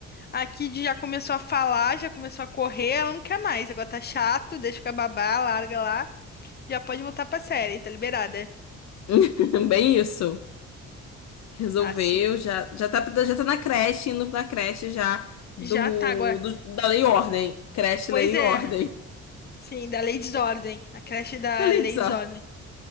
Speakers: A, on the left; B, on the left.
A: A Kid já começou a falar, já começou a correr, ela não quer mais. Agora tá chato, deixa com a babá, larga lá. Já pode voltar pra série, tá liberada.
B: <laughs> bem isso. Resolveu,
A: Assim que
B: já, já tá, já tá na creche, indo na creche já do,
A: já tá agora.
B: do- da Lei e Ordem. Creche,
A: Pois
B: Lei e
A: é,
B: Ordem.
A: sim, da Lei Desordem, a creche da
B: <laughs> Elitza.
A: Lei Desordem.